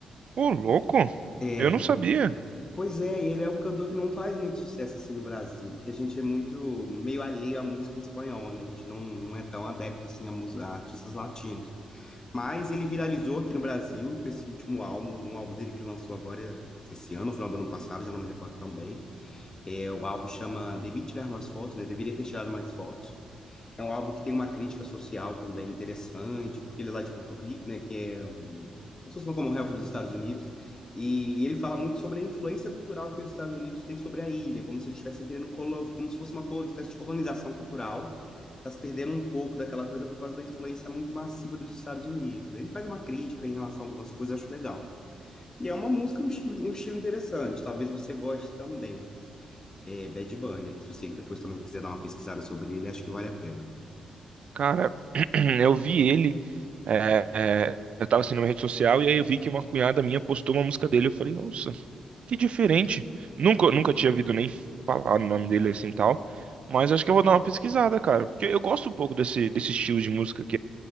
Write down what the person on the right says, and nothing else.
Ô, louco.
Eu não sabia.
Cara, <clears throat> eu vi ele. é, é, eu tava assim numa rede social e aí eu vi que uma cunhada minha postou uma música dele. Eu falei, nossa, que diferente. Nunca, nunca tinha ouvido nem falar o nome dele assim e tal. Mas acho que eu vou dar uma pesquisada, cara. Porque eu gosto um pouco desse, desse estilo de música